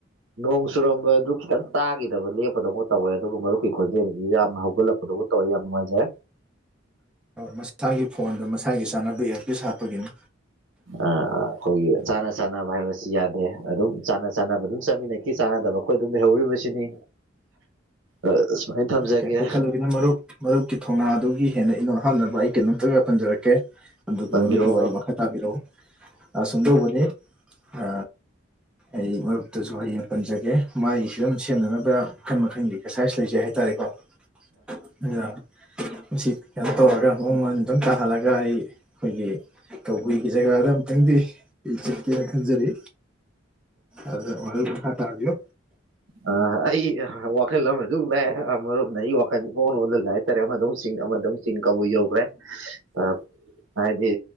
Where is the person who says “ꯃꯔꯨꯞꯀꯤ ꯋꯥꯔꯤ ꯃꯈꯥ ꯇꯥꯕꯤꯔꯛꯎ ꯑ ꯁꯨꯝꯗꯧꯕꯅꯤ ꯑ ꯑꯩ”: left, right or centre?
Centre